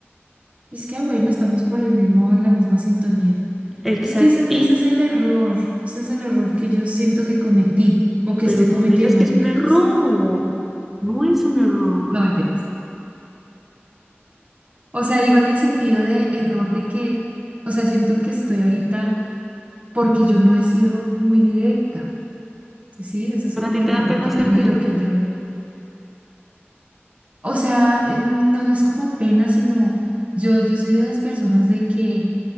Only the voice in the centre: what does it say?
Exacto.
Y,
pero
no
digas que es
un
error. No es un error.
¿Pero
a ti
te da
pena
ser
directa?